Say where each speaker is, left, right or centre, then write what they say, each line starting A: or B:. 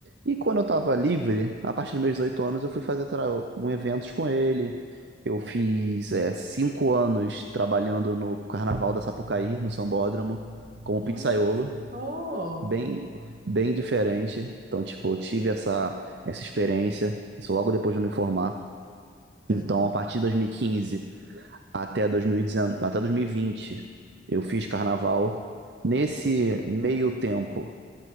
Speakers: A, on the right; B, on the right.
A: E quando eu estava livre, a partir dos meus 18 anos, eu fui fazer tra- um eventos com ele. Eu fiz é, cinco anos trabalhando no Carnaval da Sapucaí, no Sambódromo, como
B: Olha
A: pizzaiolo.
B: só.
A: Bem, bem diferente. Então, tipo, eu tive essa, essa experiência, isso logo depois de eu me formar. Então,
B: Aham.
A: a partir de 2015 até 2019, até 2020, eu fiz carnaval. Nesse meio tempo,